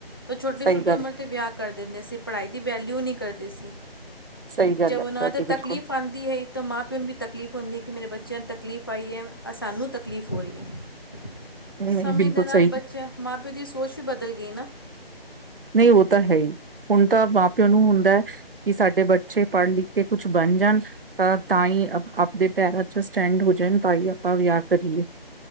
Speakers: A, on the left (about 25°); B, on the right (about 65°).
A: ਤੇ ਛੋਟੀ-ਛੋਟੀ
B: ਸਹੀ ਗੱਲ,
A: ਉਮਰ 'ਤੇ ਵਿਆਹ ਕਰ ਦਿੰਦੇ ਸੀ। ਪੜ੍ਹਾਈ ਦੀ ਵੈਲਿਊ ਨਹੀਂ ਕਰਦੇ ਸੀ।
B: ਸਹੀ ਗੱਲ
A: ਜਬ
B: ਹੈ
A: ਉਹਨਾਂ
B: ਤੁਹਾਡੀ
A: ਦਾ
B: ਬਿਲਕੁਲ
A: ਤਕਲੀਫ਼ ਆਂਦੀ ਹੈਈ ਤਾਂ ਮਾਂ-ਪਿਓ ਨੂੰ ਵੀ ਤਕਲੀਫ਼ ਹੁੰਦੀ ਕਿ ਮੇਰੇ ਬੱਚਿਆਂ ਨੂੰ ਤਕਲੀਫ਼ ਆਈ ਐ। ਸਾਨੂੰ ਤਕਲੀਫ਼ ਹੋ ਰਹੀ ਐ।
B: ਨਹੀਂ
A: ਸਮੇਂ
B: ਬਿਲਕੁਲ
A: ਦੇ ਨਾਲ
B: ਸਹੀ
A: ਬੱਚਿਆਂ ਮਾਂ-ਪਿਓ ਦੀ ਸੋਚ ਵੀ ਬਦਲ ਗਈ ਨਾ।
B: ਨਹੀਂ ਉਹ ਤਾਂ ਹੈ ਈ, ਹੁਣ ਤਾਂ ਮਾਂ-ਪਿਓ ਨੂੰ ਹੁੰਦਾ, ਕਿ ਸਾਡੇ ਬੱਚੇ ਪੜ੍ਹ ਲਿਖ ਕਿ ਕੁਛ ਬਣ ਜਾਣ ਤਾਂ ਤਾਂ ਹੀ ਆਪਣੇ ਪੈਰਾਂ ਚ ਸਟੈਂਡ ਹੋ ਜਾਣ ਤਾਂਈ ਆਪਾਂ ਵਿਆਹ ਕਰੀਏ।